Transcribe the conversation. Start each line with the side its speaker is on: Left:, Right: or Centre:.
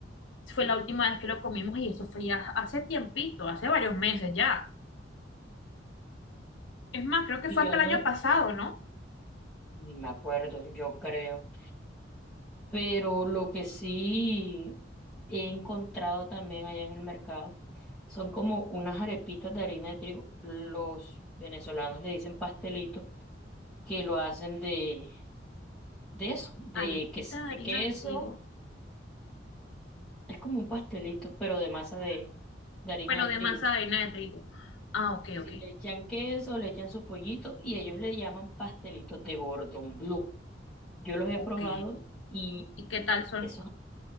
Left: Fue la última vez que lo comimos y eso fue ya hace tiempito, hace varios meses ya. Es más, creo que
Centre: Y
Left: fue
Centre: yo
Left: hasta
Centre: no,
Left: el año pasado, ¿no?
Centre: ni me acuerdo, yo creo. Pero lo que sí he encontrado también allá en el mercado son como unas arepitas de harina de trigo. Los venezolanos le dicen pastelitos que lo hacen de, de eso, de,
Left: Arepita
Centre: ques- de
Left: de harina
Centre: queso.
Left: de trigo.
Centre: Es como un pastelito, pero de masa de, de harina
Left: Bueno,
Centre: de trigo.
Left: de masa de harina de trigo. Ah, ok,
Centre: Si
Left: ok.
Centre: le echan queso, le echan su pollito y ellos le llaman pastelitos de Gordon Blue. Yo los he
Left: Ok.
Centre: probado y
Left: ¿Y qué tal son?
Centre: esos